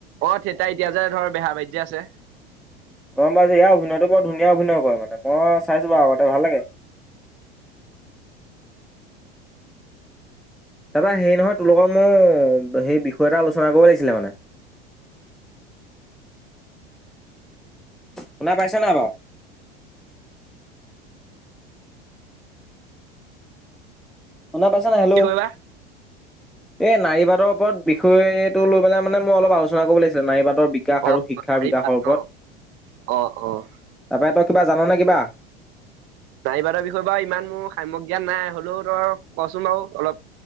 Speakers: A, on the right (about 40°); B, in the centre.
A: অঁ থিয়েটাৰ এতিয়া যে ধৰ বেহাবাৰীত যে আছে।
B: গম পাইছ যে ইয়াৰ অভিনয়তটো বৰ ধুনীয়া অভিনয় কৰে মানে মই চাইছো বাও আগতে ভাল লাগে। তাৰপৰা হেৰি নহয় তোৰ লগত মোৰ সেই বিষয় এটা আলোচনা কৰিব লাগিছিলে মানে। শুনা পাইছা নাই বাৰু- শুনা পাইছা নাই হেল্লো
A: কি কৰিবা
B: এই নাৰীবাদৰ ওপৰত- বিষয়ে এইটো লৈ পেলাই মানে মই অলপ আলোচনা কৰিব লাগিছিলে নাৰীবাদৰ বিকাশ
A: অ
B: আৰু শিক্ষাৰ
A: নাৰীবাদ
B: বিকাশৰ ওপৰত
A: ন অ, অ'
B: তাৰপৰা তই কিবা জাননে কিবা
A: নাৰীবাদৰ বিষয়ে বাৰু ইমান মোৰ সাম্যক জ্ঞান নাই, হ'লেও তই কচোন বাৰু অলপ